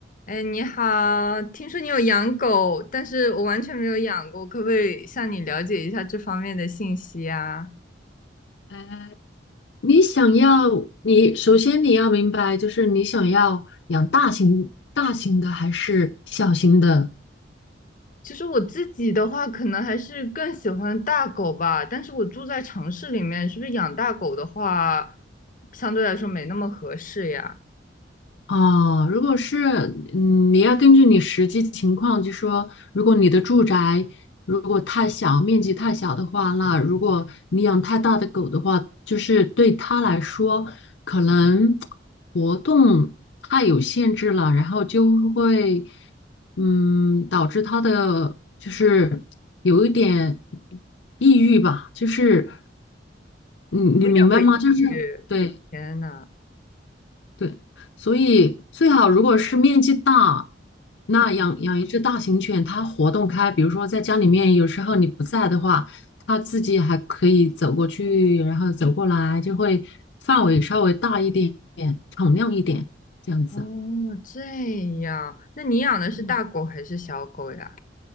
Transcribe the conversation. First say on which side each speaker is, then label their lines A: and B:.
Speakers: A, on the left (about 45°); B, on the left (about 70°).
A: 哎，你好，听说你有养狗，但是我完全没有养过，可不可以向你了解一下这方面的信息啊？
B: 呃，你想要，你首先你要明白，就是你想要养大型、大型的还是小型的
A: 其实我自己的话，可能还是更喜欢大狗吧，但是我住在城市里面，是不是养大狗的话，相对来说没那么合适呀？
B: 哦，如果是，嗯，你要根据你实际情况，就说，如果你的住宅如果太小，面积太小的话，那如果你养太大的狗的话，就是对它来说，可能活动太有限制了，然后就会，嗯，导致它的就是有一点抑郁吧，就是你你明白吗？
A: 也会抑郁。
B: 就是。对，
A: 天呐，
B: 对，所以最好如果是面积大，那养养一只大型犬，
A: 嗯
B: 它活动开，比如说在家里面，有时候你不在的话，它自己还可以走过去，然后走过来，就会范围稍微大一点，敞亮一点，这样子。
A: 哦，这样，那你养的是大狗还是小狗呀？
B: 嗯，